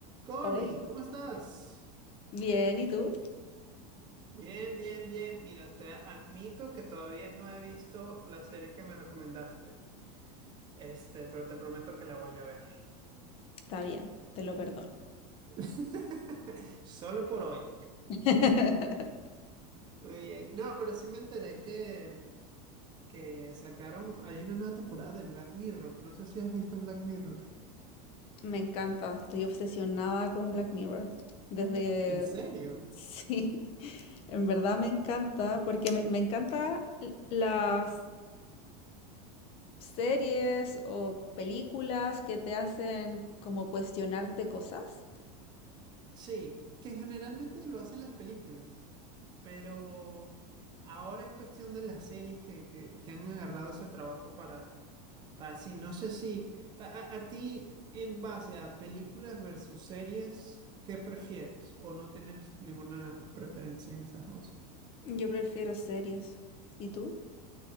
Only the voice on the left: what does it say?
Hoy.
Bien, ¿y tú?
Está bien, te lo perdono.
<laughs>
Me encanta, estoy obsesionada con Black Mirror. Desde...
Sí, <laughs> en verdad me encanta, porque me, me encanta l- las series o películas que te hacen como cuestionarte cosas.
Yo prefiero series. ¿Y tú?